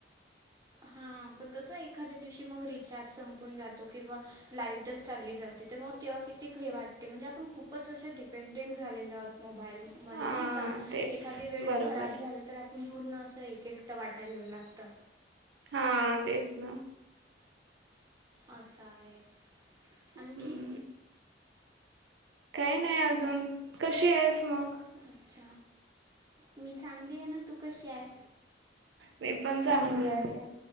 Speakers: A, on the right; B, on the right.
A: हा पण कसं एखाद्या दिवशी मग रिचार्ज रिचार्ज संपून जातो किंवा लाईटच चालली जाते तर मग तेव्हा किती हे वाट ते म्हणजे आपण खूपच असे डिपेंडेंट झालेले आहोत मोबाईल मध्ये
B: हा
A: नाही का
B: तेच
A: एखादी वेळेस
B: बरोबर
A: खराब झालं
B: आहे.
A: तर, पण पूर्ण असं एक एकटं वाटायला लागतं.
B: हा तेच ना.
A: असं आहे. आणखी,
B: हम्म काही नाही अजून, कशी आहेस मग?
A: अच्छा! मी चांगली आहे ना, तू कशी आहे?
B: मी पण चांगली आहे,